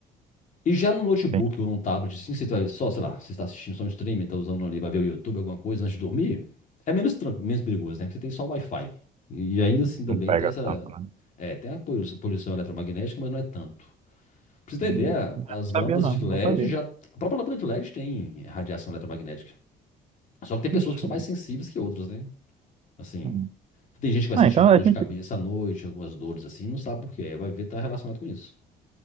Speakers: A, on the left; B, on the right.
A: E já no notebook
B: Tem,
A: ou num tablet, assim, você tá só, sei lá, você está assistindo só um streaming, está usando ali para ver o YouTube, alguma coisa antes de dormir, é menos, tran- menos perigoso, né? Porque você tem só o Wi-Fi. E e ainda assim também
B: não pega
A: tem essa.
B: tanto, né?
A: É, tem a polu- poluição eletromagnética, mas não é tanto. Pra você ter
B: Hum,
A: ideia,
B: Não
A: as
B: sabia,
A: lâmpadas
B: não,
A: de LED
B: não sabia.
A: já. A própria lâmpada de LED tem radiação eletromagnética. Só que tem pessoas
B: Ixi,
A: que são mais
B: mas...
A: sensíveis que outras, né? Assim,
B: hum.
A: tem gente que vai
B: Ah,
A: sentir
B: então
A: muita
B: a
A: dor
B: gente,
A: de cabeça à noite, algumas dores assim, não sabe por quê. Vai ver tá relacionado com isso.